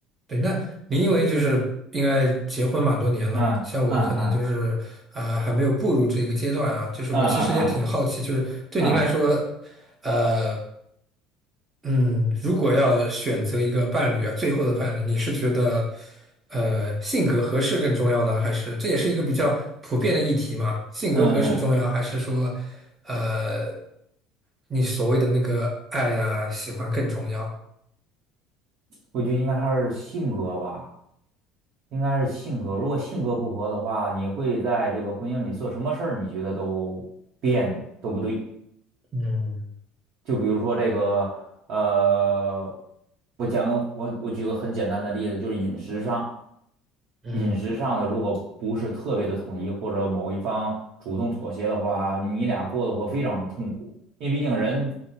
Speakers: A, on the right; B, on the right.
A: 对，那您因为就是应该结婚蛮多年了嘛，
B: 嗯嗯嗯
A: 像我可能就是啊、呃还没有步入这个阶段啊，就是我其实也挺好奇，
B: 嗯嗯嗯。
A: 就是对您来说，
B: 啊，
A: 呃嗯，如果要选择一个伴侣啊，最后的伴侣，你是觉得呃性格合适更重要呢，还是这也是一个比较普遍的议题嘛？性格合适重要，
B: 嗯嗯，
A: 还是说呃你所谓的那个爱呀、喜欢更重要？
B: 我觉得应该还是性格吧，应该是性格。如果性格不合的话，你会在这个婚姻里做什么事儿？你觉得都别扭，都不对。
A: 嗯
B: 就比如说这个，呃，我讲个我我举个很简单的例子，就是饮食上，
A: 嗯，
B: 饮食上的如果不是特别的统一，或者某一方主动妥协的话，你俩过得会非常痛苦，因为毕竟人